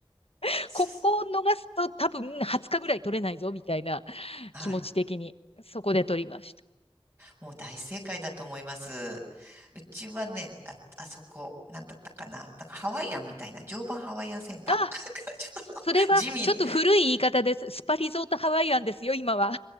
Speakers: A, on the left; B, on the right.
A: <laughs>
B: す
A: ここを逃すと多分20日ぐらい取れないぞみたいな
B: はい。
A: 気持ち的に、そこで取りまし
B: もう大正解だと思います。うちはね、あ、あそこ、なんだったかな。なんかハワイアンみたいな、常磐ハワイアンセンター
A: た。あ、
B: <laughs> ちょっと、
A: それはちょっと古い言い方です。
B: 地味、
A: スパリゾートハワイアンですよ、今は。